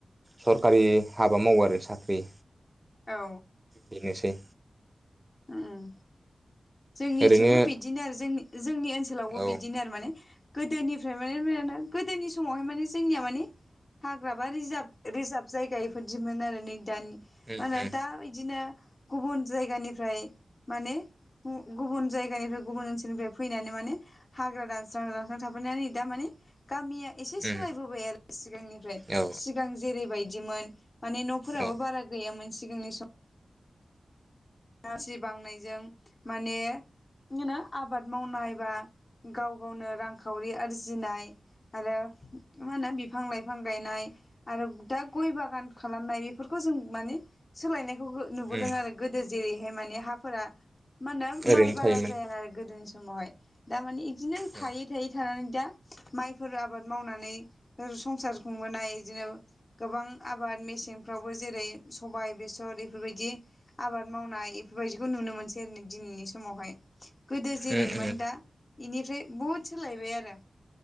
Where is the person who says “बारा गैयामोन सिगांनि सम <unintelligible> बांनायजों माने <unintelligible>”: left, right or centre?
Left